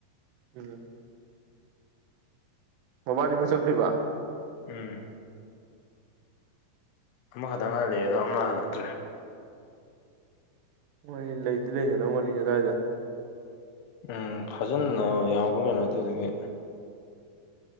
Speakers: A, on the right; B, on the left.
A: ꯎꯝ ꯃꯕꯥꯅꯤꯨꯛ ꯆꯠꯈ꯭ꯈꯤꯕ
B: ꯎꯝ ꯑꯃꯈꯛꯇꯪ ꯍꯜꯂꯛꯑꯦ ꯑꯗꯣ ꯑꯃ ꯍꯜꯂꯛꯇ꯭ꯔꯦ
A: ꯍꯣꯏ ꯂꯩꯗꯤ ꯂꯩꯅꯔꯝꯒꯅꯤ ꯑꯗꯨꯗꯥꯋꯥꯏꯗ
B: ꯎꯝ ꯐꯥꯖꯟꯅ ꯌꯥꯎꯕ꯭ꯔꯥ ꯀꯩꯅꯣ ꯑꯗꯨꯗꯒꯤ